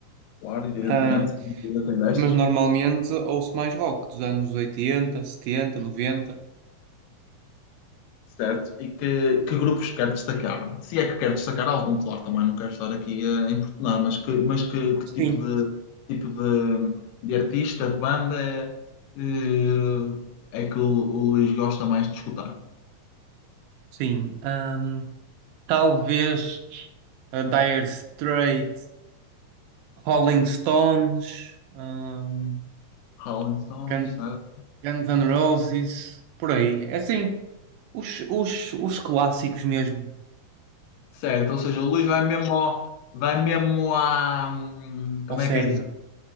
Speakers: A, on the left (about 85°); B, on the right (about 80°).
A: Claro, evidentemente,
B: Ah,
A: ainda tem destas.
B: mas normalmente ouço mais rock dos anos oitenta, setenta, noventa.
A: certo? E que, que grupos quer destacar? Se é que quer destacar algum, claro, também não quero estar aqui a importunar, mas que, mas que, que
B: Sim,
A: tipo de, tipo de, de artista, de banda é, eh, é que o, o Luís gosta mais de escutar?
B: sim. Ah, talvez a Dire Straits. Rolling Stones, ahm,
A: Rolling Stones,
B: Gun-
A: certo?
B: Guns N' Roses, por aí. É assim, os, os, os clássicos mesmo,
A: Certo, ou seja, o Luís
B: os,
A: vai mesmo, ao- vai mesmo à, hum, como
B: ao cerne.
A: é que é